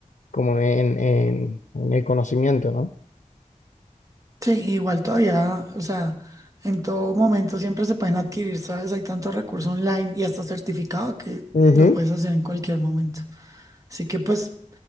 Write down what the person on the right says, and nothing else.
Sí, igual todavía, o sea, en todo momento siempre se pueden adquirir, ¿sabes? Hay tantos recursos online y hasta certificado que
lo puedes hacer en cualquier momento. Así que pues